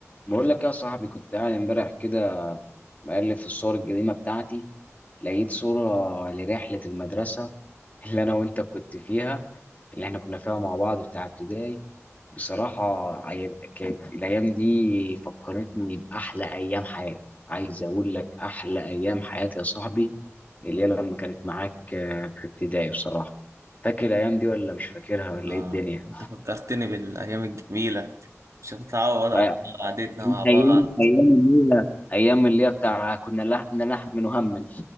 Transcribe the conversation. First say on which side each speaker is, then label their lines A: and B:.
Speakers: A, on the left; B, on the right.
A: بقول لك يا صاحبي كنت قاعد امبارح كده بقلب في الصور القديمة بتاعتي لقيت صورة لرحلة المدرسة <laughs> اللي أنا وأنت كنت فيها اللي إحنا كنا فيها مع بعض بتاع ابتدائي بصراحة عي- كانت الأيام دي فكرتني بأحلى أيام حياتي عايز أقول لك أحلى أيام حياتي يا صاحبي اللي هي لما كانت معاك آه، في ابتدائي بصراحة فاكر الأيام دي ولا مش فاكرها ولا
B: آه
A: إيه الدنيا؟
B: أنت فكرتني بالأيام الجميلة مش هتتعوض على
A: آه،
B: قعدتنا مع بعض
A: أيام أيام اللي هي أيام اللي هي بتاع كنا لح- نلحن هما